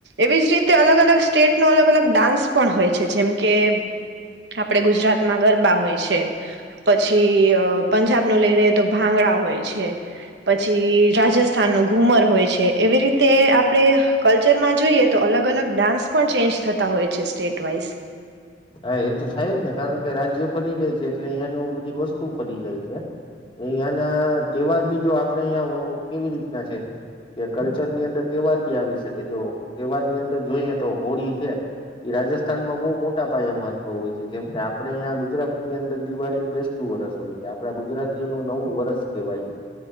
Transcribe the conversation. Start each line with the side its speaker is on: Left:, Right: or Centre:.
Right: એવી જ રીતે અલગ અલગ સ્ટેટનો અલગ અલગ ડાન્સ પણ હોય છે જેમ કે આપણે ગુજરાતમાં ગરબા હોય છે, પછી પંજાબનું લઈ લઈએ તો ભાંગડા હોય છે, પછી રાજસ્થાનનું ઘૂમર હોય છે એવી રીતે આપણે કલ્ચરમાં જોઈએ તો અલગ અલગ ડાન્સ પણ ચેન્જ થતા હોય છે સ્ટેટ વાઈઝ.
Left: હા એ તો થાય જ ને કારણ કે રાજ્ય ફરી જાય છે એટલે અહિયાયાનું બધી વસ્તુ ફરી જાય છે, અહિયાંના તહેવાર બી જો આપણેે અહિયાં કેવી રીતના છે, કે કલ્ચરની અંદર તહેવાર બી આવી શકે જો તહેવાર ની અંદર જોઈએ તો હોળી છે, એ રાજસ્થાનમાં બહ મોટી મહત્વ હોય છે જેમ કે આપણેહીં ગુજરાત ની અંદર દિવાળીને બેસતું વરસ હોય છે આપણા ગુજરાતીઓનું નવું વરષ કહેવાય,